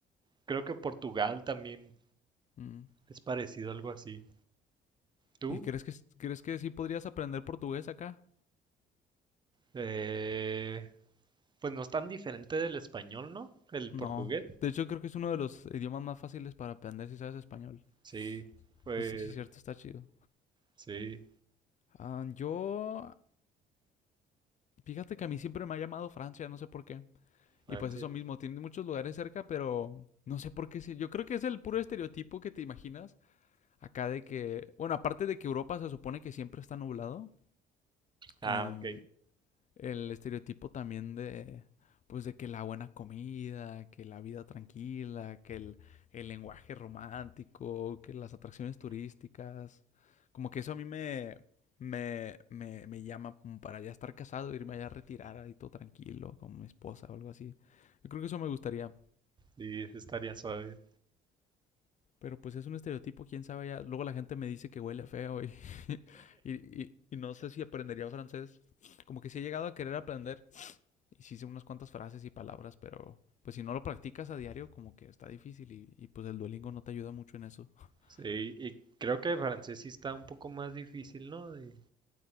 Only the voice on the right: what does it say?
creo que Portugal también
es parecido a algo así. ¿Tú?
Eh, pues no es tan diferente del español, ¿no? El
portugués.
Sí, pues
Sí,
Francia.
Ah,
ok.
Sí, ese estaría suave.
Sí, y creo que francés sí está un poco más difícil, ¿no? De-